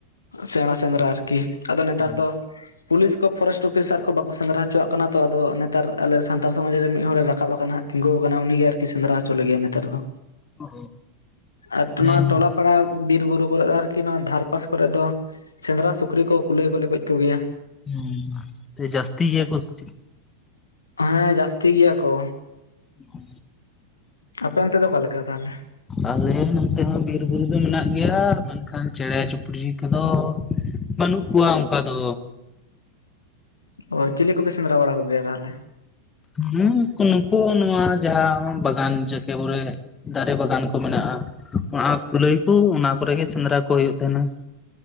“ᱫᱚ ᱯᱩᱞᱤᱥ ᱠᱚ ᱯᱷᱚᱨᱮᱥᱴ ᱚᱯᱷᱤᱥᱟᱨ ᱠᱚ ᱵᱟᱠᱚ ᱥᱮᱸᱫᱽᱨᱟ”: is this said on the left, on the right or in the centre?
Left